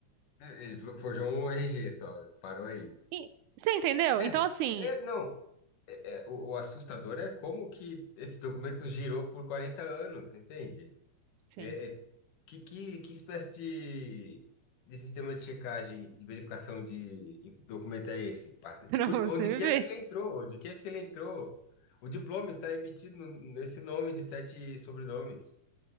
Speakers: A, on the left (about 80°); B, on the right (about 80°).
A: É, Ele fo- forjou um RG só, parou aí.
B: E- Você entendeu?
A: É,
B: Então, assim,
A: é, não, é, o, o assustador é como que esse documento girou por 40 anos, entende?
B: sim,
A: É, é, que, que, que espécie de, de sistema de checagem, de verificação de documento é esse? Passa-
B: <laughs> pra
A: Por
B: você
A: onde quer
B: ver.
A: que ele entrou, onde quer que ele entrou. O diploma está emitido no- nesse nome de sete sobrenomes.